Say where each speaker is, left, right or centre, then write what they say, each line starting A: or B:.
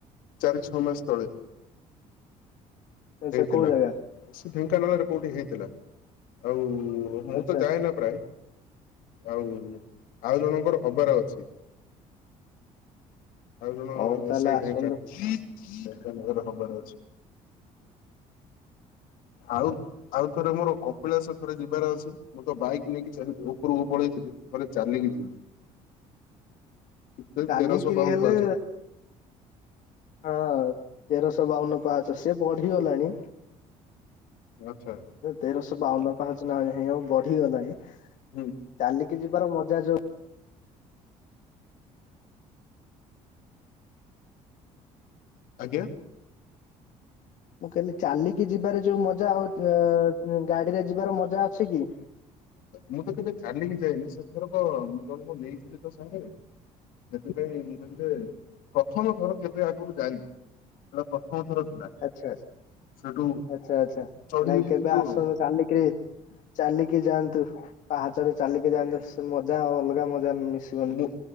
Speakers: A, on the left (about 80°); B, on the left (about 65°).
A: ଚାରି ଛଅ ମାସ ତଳେ।
B: ଆଚ୍ଛା
A: ହେଇଥିଲା।
B: କୋଉ ଜାଗା
A: ସେ ଢେଙ୍କାନାଳରେ କୋଉଠି ହେଇଥିଲା। ଆଉ- ମୁଁ
B: ଆଚ୍ଛା
A: ତ ଯାଏନ ପ୍ରାୟ, ଆଉ ଆଉ ଜଣଙ୍କର ହବାର ଅଛି। ଆଉ ଜଣ
B: ହଉ ତାହେଲେ
A: ସେଇ
B: ଆସନ୍ତୁ
A: ଢେଙ୍କାନ। ଢେଙ୍କାନାଳରେ ହବାର ଅଛି। ଆଉ- ଆଉ ଥରେ ମୋର କପିଳାସ ଥରେ ଯିବାର ଅଛି। ମୁଁ ତ ବାଇକ୍ ନେଇକି ଚା ଉପରକୁ ପଳେଇଥିଲି। ଘରେ ଚାଲିକି ଯିବି। କେତେ
B: ଚାଲିକିରି
A: ତେରଶହ ବାଉନ
B: ହେଲେ
A: ପାହାଚ
B: ହଁ ତେରଶହ ବାଉନ ପାଞ୍ଚ ସେ ବଢିଗଲାଣି।
A: ଆଚ୍ଛା
B: ତେରଶହ ବାଉନ ପାହାଚ ନାହିଁ ଆଉ ବଢିଗଲାଣି।
A: ହୁଁ
B: ଚାଲିକି ଯିବାର ମଜା ଯୋଉ-
A: ଆଜ୍ଞା
B: ମୁଁ କହିଲି ଚାଲିକି ଯିବାରେ ଯୋଉ ମଜା। ଆଉ ଗାଡିରେ ଯିବାର ମଜା ଅଛି କି?
A: ମୁଁ ତ କେବେ ଚାଲିକି ଯାଇନି? ସେଥରକ ମୁଁ ଜଣଙ୍କୁ ନେଇଥିଲି ତ ସାଙ୍ଗରେ। ସେଥିପାଇଁ ମୁଁ କହିଲ ଯେ ପ୍ରଥମ ଥର କେବେ ଆଗରୁ ଯାଇନି। ସେଟା ପ୍ରଥମ ଥର ଥିଲା।
B: ଆଚ୍ଛା
A: ସେଠୁ
B: ଆଚ୍ଛା ଆଚ୍ଛା
A: ଚଢି
B: ନାଇଁ
A: ଯାଇଥିଲୁ
B: କେବେ ଆସନ୍ତୁ।
A: ଆଉ
B: ଚାଲିକିରି, ଚାଲିକି ଯାଆନ୍ତୁ, ପାହାଚାରୁ ଚାଲିକି ଯାଆନ୍ତୁ, ସେ ମଜା ଆ ଅଲଗା ମା ମଜା ମିଶିବନି
A: ମୁଁ